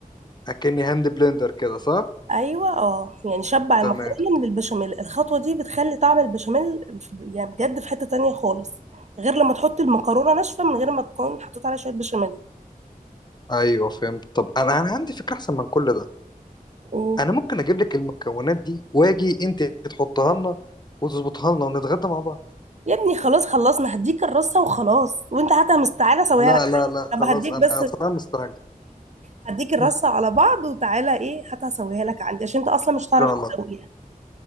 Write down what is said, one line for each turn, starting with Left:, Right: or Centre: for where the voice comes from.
Left: أكني هاند بلندر كده صح؟
Right: ايوه اه يعني شبع المكرونة
Left: تمام
Right: من البشاميل الخطوة دي بتخلي طعم البشاميل في- يعني بجد في حتة تانية خالص غير لما تحط المكرونة ناشفة من غير ما تكون حطيت عليها شوية بشاميل
Left: أيوه فهمت طب أنا أنا عندي فكرة أحسن من كل ده
Right: أوه.
Left: أنا ممكن أجيب لك المكونات دي وأجي أنت تحطها لنا وتظبطها لنا ونتغدى مع بعض
Right: يا ابني خلاص خلصنا هديك الرصة وخلاص وانت هاتها مستعجلة اسويها
Left: لا
Right: لك عندي
Left: لا لا خلاص
Right: طب هديك
Left: أنا
Right: بس
Left: أصلا مستعجل
Right: هديك الرصة
Left: <laughs>
Right: على بعض وتعالى ايه هاتها اسويها لك عندي عشان انت اصلا مش هتعرف
Left: خلاص
Right: تسويها